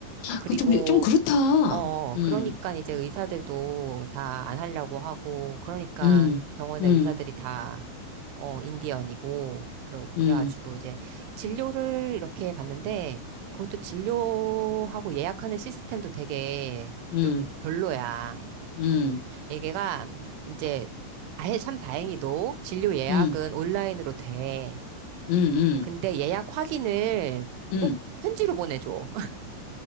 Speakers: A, on the left; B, on the right.
A: 아,
B: 그리고,
A: 그 좀, 좀 그렇다.
B: 어,
A: 음,
B: 그러니까 이제 의사들도 다 안 하려고 하고, 그러니까
A: 음,
B: 병원의
A: 음,
B: 의사들이 다, 어, 인디언이고, 그래- 그래가지고
A: 음,
B: 이제 진료를 이렇게 봤는데, 그것도 진료하고 예약하는 시스템도 되게
A: 음,
B: 좀 별로야.
A: 음,
B: 얘가 이제, 아예 참 다행히도 진료 예약은
A: 음,
B: 온라인으로 돼.
A: 음,
B: 근데
A: 음,
B: 예약 확인을
A: 음.
B: 꼭 편지로 보내줘. <laughs>